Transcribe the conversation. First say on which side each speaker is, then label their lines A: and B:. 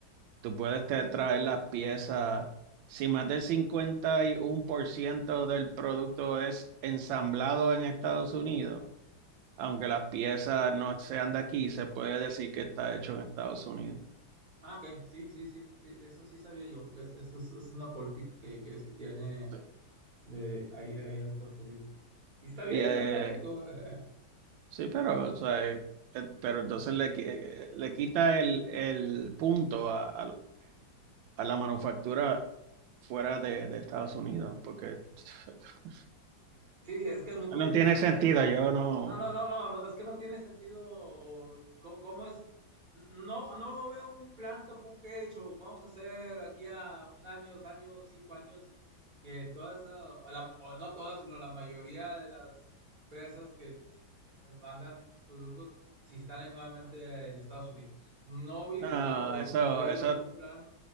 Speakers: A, on the right (about 80°); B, on the right (about 25°).
A: Tú puedes te- traer las piezas. Si más del 51% del producto es ensamblado en Estados Unidos, aunque las piezas no sean de aquí, se puede decir que está hecho en Estados Unidos.
B: Ah, ok, sí, sí, sí, sí, eso sí sabía yo, que es, es, es- es una política que, que se tiene
A: Sí.
B: de ahí, ahí en Estados Unidos. sí. Y está bien
A: Y eh,
B: y es correcto. <laughs>
A: sí, pero, o sea, eh, eh, pero entonces le, qui- eh, eh, le quita el, el punto a, a- a la manufactura fuera de, de Estados Unidos, porque <laughs>
B: Sí, es que es muy complicado.
A: no tiene sentido. Yo no,
B: No, no, no, no, no, es que no tiene sentido. co- ¿Cómo es? No, no veo un plan tampoco hecho. Vamos a hacer aquí a un año, dos años, cinco años, que todas, esa- o la- o no todas, sino la mayoría de las empresas que nos mandan productos se instalen nuevamente en Estados Unidos. No he visto
A: no,
B: o,
A: eso,
B: o leído
A: eso
B: un plan,